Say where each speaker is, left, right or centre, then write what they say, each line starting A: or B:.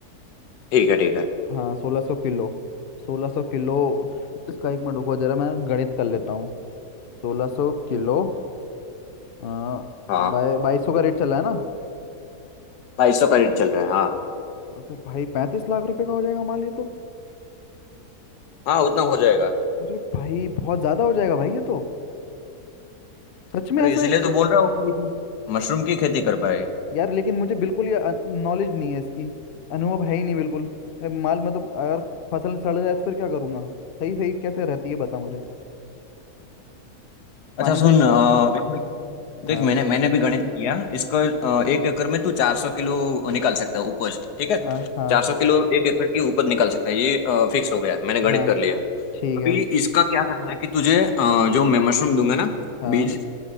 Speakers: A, on the left (about 85°); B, on the left (about 55°).
A: ठीक है ठीक है
B: हाँ सोलह सौ किलो सोलह सौ किलो इसका एक मिनट रुको जरा मैं गणित कर लेता हूँ सोलह सौ किलो आ,
A: हाँ
B: बाई बाईस सौ का रेट चला है ना
A: बाईस सौ का रेट चल रहा है हाँ
B: और तो भाई पैंतीस लाख रुपए का हो जाएगा हमारे लिए तो
A: हाँ उतना हो जाएगा
B: अरे भाई बहुत ज्यादा हो जाएगा भाई ये तो सच में
A: अरे
B: ऐसा
A: इसलिए
B: ही-
A: तो बोल रहा हूँ कि तुम मशरूम की खेती कर पाए
B: यार लेकिन मुझे बिल्कुल ही नॉलेज नहीं है इसकी अनुभव है ही नहीं बिल्कुल अ, माल मतलब अगर फसल सड़ जाए तो फिर क्या करूंगा सही सही कैसे रहती है बता मुझे पानी
A: अच्छा सुन
B: सही
A: अ, इसमें देख
B: हाँ
A: मैंने मैंने भी गणित किया इसको अ, एक एकड़ में तू चार सौ किलो निकाल सकता है उपज ठीक है
B: हाँ हाँ
A: चार सौ किलो एक एकड़ की उपज निकाल सकता है ये फिक्स हो गया मैंने गणित
B: हाँ
A: कर लिया
B: ठीक
A: अभी
B: है
A: इसका क्या करना है कि तुझे अ, जो मैं मशरूम दूंगा ना
B: हाँ
A: बीज